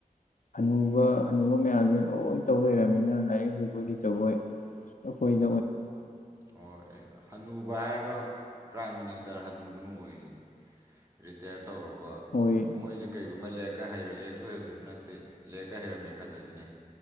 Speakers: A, on the left; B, on the right.
A: ꯑꯅꯨꯕ ꯍꯅꯨꯕ ꯃꯌꯥꯝꯁꯤꯦ ꯂꯣꯏ ꯇꯧ ꯂꯩꯔꯕꯅꯤꯅ ꯂꯥꯏꯔꯤꯛꯁꯤꯕꯨ ꯍꯖꯤꯛꯇꯕꯣꯏ ꯑꯩꯈꯣꯏ
B: ꯍꯣꯏ ꯑꯅꯨꯕ ꯍꯥꯏꯔꯒ ꯄ꯭ꯔꯥꯏꯝ ꯃꯤꯅꯤꯁꯇꯔ ꯍꯟꯅꯨꯕꯅ ꯑꯣꯏ ꯔꯤꯇꯥꯌꯔꯠ ꯇꯧꯨꯔꯕ
A: ꯍꯣꯏ
B: ꯃꯣꯏꯁꯦ ꯀꯩꯒꯨꯝꯕ ꯂ ꯍꯩꯔꯦ ꯂꯦꯛꯁꯨ ꯍꯩꯕꯁꯨ ꯅꯠꯇꯦ ꯂꯦꯛꯀ ꯍꯩꯔꯝꯃꯦ ꯈꯜꯂꯁꯤꯅꯦ